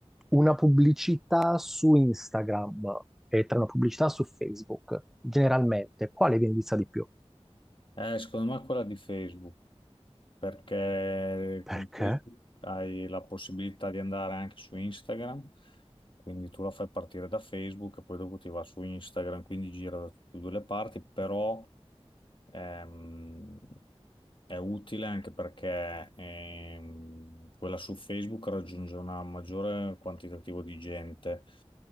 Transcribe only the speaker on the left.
Eh, secondo me quella di Facebook. perché
con questo hai la possibilità di andare anche su Instagram, quindi tu la fai partire da Facebook e poi dopo ti va su Instagram, quindi gira da tutte e due le parti, però ehm, è utile anche perché ehm, quella su Facebook raggiunge una maggiore quantitativo di gente